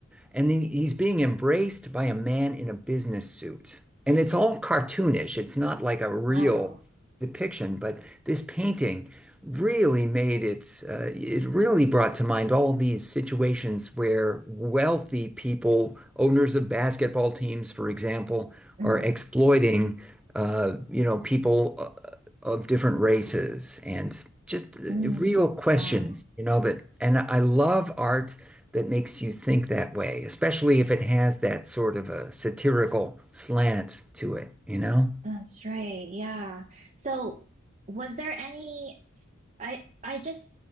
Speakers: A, in the centre; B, on the right.
A: and then he's being embraced by a man in a business suit. And it's all cartoonish. It's not like a real
B: Wow.
A: depiction, but this painting really made it, uh, it really brought to mind all these situations where wealthy people, owners of basketball teams, for example,
B: hmm
A: are exploiting, uh, you know, people uh, of different races and just uh,
B: Mm,
A: real questions,
B: wow.
A: you know, that, and I love art that makes you think that way, especially if it has that sort of a satirical slant to it, you know?
B: That's right. Yeah. So was there any s- I I just